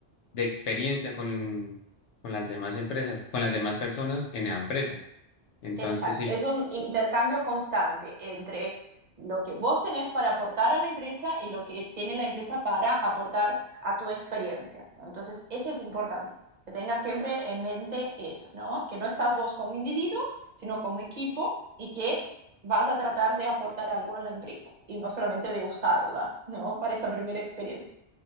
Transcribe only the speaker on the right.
Exacto,
es un intercambio constante entre lo que vos tenés para aportar a la empresa y lo que tiene la empresa para aportar a tu experiencia. ¿no? Entonces, eso es importante, que tengas siempre en mente eso, ¿no? Que no estás vos como individuo, sino como equipo y que vas a tratar de aportar algo a la empresa y no solamente de usarla, ¿no? Para esa primera experiencia.